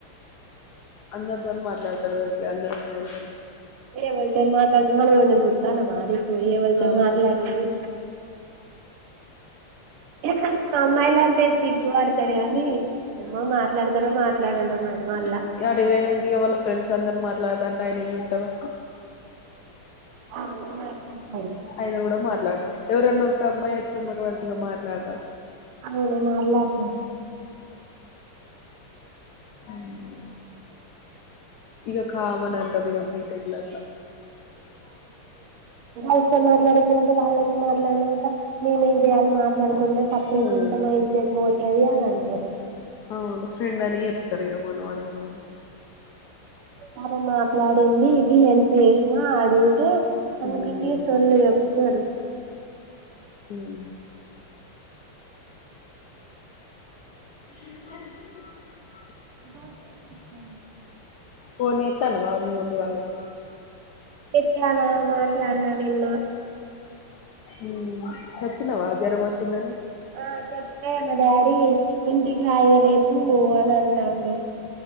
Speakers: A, on the left (about 80°); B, on the right (about 80°).
A: అందర్ తోన్ మాట్లాడతాడు ఓచ్చి అందరమ్మాయిల్ తో
B: ఏ ఎవర్ తోన్ మాట్లాడ్ తు మనమ్ ఎవర్ నన్ జుతానమ అజీవ్ పోయి ఎవల్ తోన్
A: ఆ
B: మాట్లాడేది ఏ కొంచమ్ అమ్మాయిలంటే సిగ్గు బడతడ్ గానీ ఏమ్మో మాట్లాతాడో మాట్లాడడో మర్ ఇవాళ్ళ
A: యాడికి ఇగ వళ్ళ ఫ్రెండ్స్ అందన్ మా ట్ల టాయి నై జెతాడో
B: అవునే మాట్లాడతాడు
A: ఆయిన గుడా మాట్లాత్ ఎవరోన్నా ఒక అమ్మాయి వచ్చి ఎమట్ పడ్ తే ఇగ మాట్లాడ్ రా
B: హవ్ నే మాట్లాడ్ తున్
A: హ్మ్ ఇగ కామనంటార్ బిగబ్ <unintelligible> బీటెకె లా అట్లా
B: గల్ ల్స్ తో మాట్లాడ్ కుంట వాళ్ళత్ <unintelligible> మాట్లాడ్ నంక మేమేం జెయాలి మా మాట్లాడ్ కుంట సప్
A: హ్మ్
B: రేట్ కుంట మా ఇజత్ పోతది అన్ అంటారు
A: అవును ఫ్రెండ్ అనే చెప్ తరు ఇగ మనం అడిగిన కూడా
B: పాపమ్ మాట్లాడింది ఇది అన్ చేశ్ నా అడుగుతే
A: హ్మ్
B: అనుకుంటి సొల్లు జెప్ తరు
A: హ్మ్ ఇ
B: మీ దోస్త్ ఏం చేత్తంది
A: ఫోన్ చెత్తనవా మి మమ్మీ వాళ్ళకి
B: చేత్తాన మాట్లాడిన నిన్న
A: ఉమ్ చెప్పినావా జ్వరం వచ్చిందని
B: ఆ చెప్తే మా డాడి ఇంటికి రా ఇగ రేపు అని అంటండు